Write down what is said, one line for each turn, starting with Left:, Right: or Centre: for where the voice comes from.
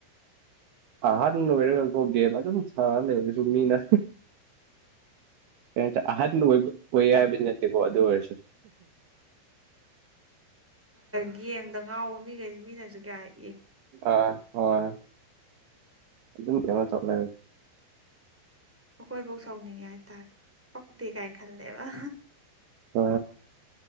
Right: ꯑꯍꯔꯦ ꯦꯃ ꯑꯗꯨ ꯑꯗꯨ ꯊ ꯂꯩꯦꯕ ꯁ ꯃꯤꯅ ꯀ ꯑꯍ ꯣꯏ ꯌꯥ ꯖꯤꯅꯦꯁ ꯇꯀꯣ ꯑꯗꯨ ꯑꯣꯏꯔꯁ
Centre: ꯌꯦꯒꯦꯝꯗ ꯉꯥꯎꯕ ꯃꯤꯈꯩꯁꯤ ꯃꯤꯅꯁꯨ ꯀꯌꯥꯏ
Right: ꯑ ꯍꯣꯏ ꯑꯗꯨꯝ ꯀꯃ ꯆꯠꯂ
Centre: ꯑꯩꯈꯣꯏꯐꯧ ꯁꯥꯎꯅꯤꯡꯉꯦ ꯍꯥꯏꯇꯥꯔꯦ ꯄꯛꯇꯦ ꯀꯥꯏꯅ ꯈꯜꯂꯦꯕ
Right: ꯑ